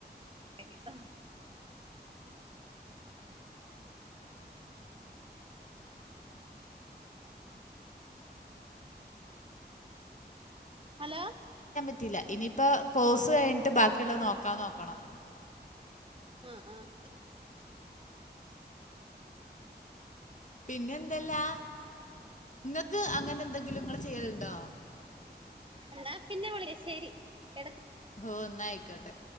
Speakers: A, on the right; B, on the left.
A: കാര്യം. ഹലോ
B: പറ്റില്ല ഇനിയിപ്പോ കോഴ്സ് കഴിഞ്ഞിട്ട് ബാക്കിയുള്ളത് നോക്കാ നോക്കണം.
A: ആഹ് ആഹ്
B: പിന്നെന്തല്ലാ? ങ്ങക്ക് അങ്ങനെ ന്തെങ്കിലും നിങ്ങൾ ചെയ്യലുണ്ടോ?
A: എന്നാ പിന്നെ വിളി ശരി എട
B: ഓ ന്നായിക്കോട്ടെ.